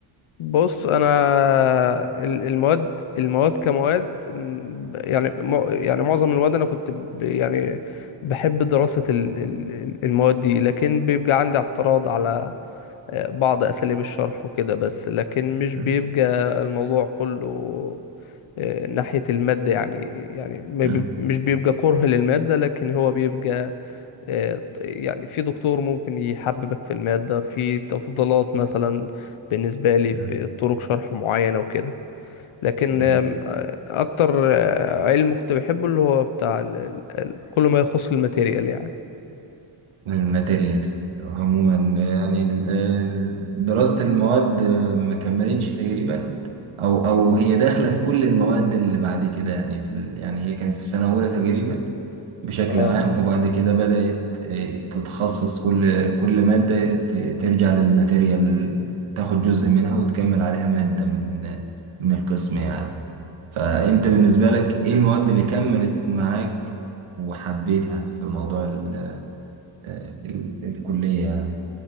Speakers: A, on the left (about 75°); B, on the right (about 75°).
A: بص انا ال- المواد المواد كمواد م، ب- يعني مع- يعني معظم المواد انا كنت ب- يعني بحب دراسة ال- ال- ال- المواد دي لكن بيبقى عندي اعتراض على آه، بعض اساليب الشرح وكده بس لكن مش
B: مم.
A: بيبقى الموضوع كله آه، ناحية المادة يعني يعني ما
B: مم.
A: بيب- مش بيبقى كره للمادة لكن هو بيبقى آه، يعني في دكتور ممكن يحببك في المادة في تفضيلات مثلا بالنسبة لي
B: مم.
A: في طرق شرح معينة وكده لكن
B: مم.
A: آم، آه، أكتر آه، علم كنت بحبه اللي هو بتاع ال- ال- ال- كل ما يخص الماتيريال يعني
B: الماتيريال عموما آه، يعني ال- ال- دراسة المواد آه، ما كملتش تقريبا او او هي داخلة في كل المواد اللي بعد كده يعني في ال- يعني هي كانت في سنة أولى تقريبا بشكل
A: اه
B: عام وبعد كده بدأت آه، تتخصص كل كل مادة ت- ترجع للماتيريال تاخد جزء منها وتكمل عليها مادة من من القسم يعني فأنت بالنسبة لك إيه المواد اللي كملت معاك وحبيتها في موضوع ال- آه، ال- الكلية